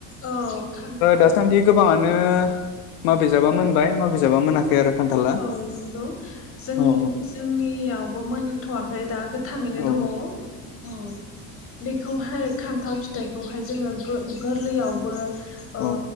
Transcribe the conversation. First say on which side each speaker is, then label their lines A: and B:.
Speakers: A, on the left; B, on the left.
A: औ खान्थाल
B: दासान्दि गोबाङानो। बिनो मा बिजाबा मोनबाय मा बिजाबा मोनाखै आरो। खान्थाला
A: औ नंगौ जों
B: औ
A: जोंनियावबो मोन। थाथ'वाखै दा। गोथाङैनो
B: औ
A: दङ औ बे। खौहाय खान्थाल फिथाइखौहाय जोङो गो गोरलैयावबो। ओ
B: औ